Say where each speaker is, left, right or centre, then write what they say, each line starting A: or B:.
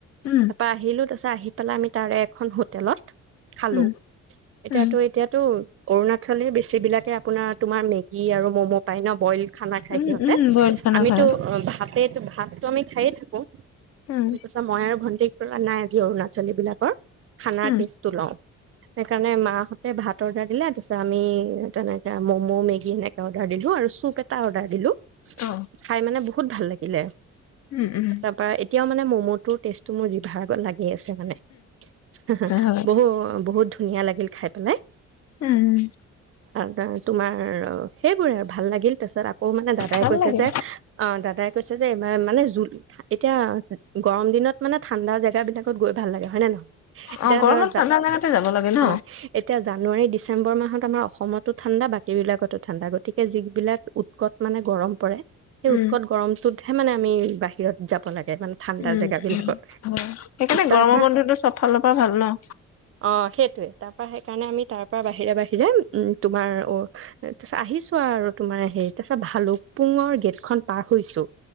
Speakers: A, on the left; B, on the right.
A: উম
B: তাৰপা আহিলো তাৰপিছত আহি পেলাই আমি তাৰে এখন হোটেলত খালো
A: উম
B: এতিয়াতো-
A: উম
B: এতিয়াতো অৰুণাচলি বেছি বিলাকে আপোনাৰ তোমাৰ মেগী আৰু ম'ম' পাই ন। বইল খানা খায়
A: উম
B: সিহঁতে
A: উম বইল খানা
B: আমিতো
A: খাই
B: ভাতে শাকটো আমি খায়ে থাকো।
A: উম
B: সি কৈছা মই আৰু ভণ্টিক নাই আজি অৰুণাচলী বিলাকৰ খানাৰ
A: উম
B: টেষ্টটো লও সেইকাৰণে মাহ তে ভাত অৰ্ডাৰ দিলে তাৰিছত আমি তেনেকে ম'ম', মেগী এনেকে অৰ্ডাৰ দিলো আৰু চুপ এটা অৰ্ডাৰ দিলো।
A: অ
B: খাই মানে বহুত ভাল লাগে। ইলে
A: উম উম
B: তাৰ পাৰা এতিয়া এতিয়া মানে ম'ম'টোৰ টেষ্টটো মোৰ যিভাত। লাগি আছে মানে হা-হা
A: হয়
B: বহু -বহুত ধুনীয়া লাগিল খাই পেলাই।
A: উম',
B: হম ', তোমাৰ সেইবোৰে আৰু ভাল লাগিল তাৰপিছত অ', মানে দাদাই
A: ভাল
B: কৈছে
A: লাগে
B: যে অ', দাদাই কৈছে যে ই মানে যো এতিয়া গৰম দিনত মানে ঠাণ্ডা জেগাবিলাক গৈ ভাল লাগে হয় নে নহয় এতিয়া
A: অ গৰমত
B: ধৰ জ',
A: ঠাণ্ডা জেগাতে যাব লাগে ন
B: অ ', এতিয়া জানুৱাৰী ডিচেম্বৰ মাহত আমাৰ অসমত ঠাডা বা এইবিলাকতো ঠাণ্ডা গতিকে যিবিলাক উৎকট মানে গৰম পৰে। সেই
A: উম
B: উৎকট গৰমটোত সে মানে আমি বাহিৰত যাব লাগে। মানে ঠাণ্ডা
A: উম
B: জেগাবিলাকত
A: সেইকাৰণে
B: তাৰ
A: গৰমৰ
B: পৰা
A: বন্ধটো চবফালৰ পৰা ভাল ন।
B: অ সেইটোৱে তাৰ পৰা সেইকাৰণে আমি তাৰ পৰা বাহিৰে বাহিৰে তোমাৰ অ তাৰপিছত আহিছো আৰু তোমাৰ হেৰি তাৰপিছত এটা ভালুক পুঙৰ গেট খন পাৰ হৈছোঁ।